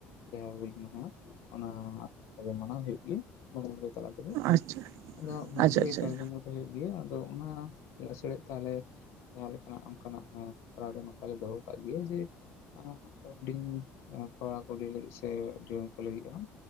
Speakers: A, on the left (about 70°); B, on the right (about 75°).
A: ᱡᱟᱦᱟᱸ ᱦᱩᱞ ᱢᱟᱦᱟ ᱚᱱᱟ ᱢᱟᱱᱟᱣ ᱦᱩᱭᱩᱜ ᱜᱮᱭᱟ <unintelligible> ᱛᱟᱞᱟ ᱟᱫᱚ
B: ᱟᱪᱪᱷᱟ
A: ᱚᱱᱟ ᱵᱷᱟᱹᱜᱤ
B: ᱟᱪᱪᱷᱟ
A: ᱜᱮ
B: ᱟᱪᱪᱷᱟ
A: ᱡᱟᱠ ᱡᱚᱢᱚᱠ ᱫᱚ ᱦᱩᱭᱩᱜ ᱜᱮᱭᱟ, ᱟᱫᱚ ᱚᱱᱟ ᱞᱮᱥᱟᱲᱦᱮᱫ ᱛᱟᱦᱚᱞᱮ ᱡᱟᱦᱟᱸ ᱞᱮᱠᱟ ᱱᱟᱜ ᱚᱱᱠᱟᱱᱟᱜ ᱮᱸ ᱠᱚᱨᱟᱣ ᱫᱚ ᱱᱚᱝᱠᱟ ᱞᱮ ᱫᱚᱦᱚ ᱟᱠᱟᱫ ᱜᱮᱭᱟ ᱡᱮ ᱮᱸ ᱦᱩᱰᱤᱧ ᱠᱚᱲᱟᱼᱠᱩᱞᱤ ᱞᱟᱹᱜᱤᱫ ᱥᱮ ᱡᱩᱣᱟᱱ ᱠᱚ ᱞᱟᱹᱜᱤᱫ ᱦᱚᱸ᱾